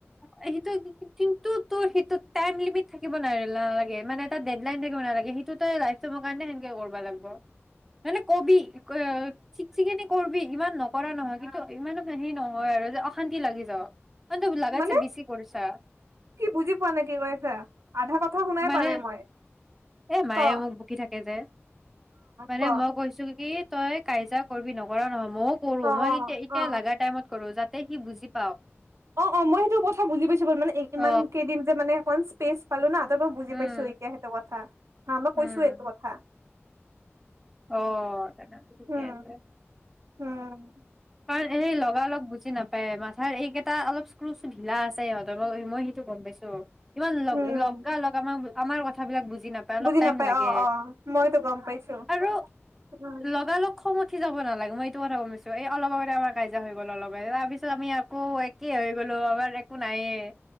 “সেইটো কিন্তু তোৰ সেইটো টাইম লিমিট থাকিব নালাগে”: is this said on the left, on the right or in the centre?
Centre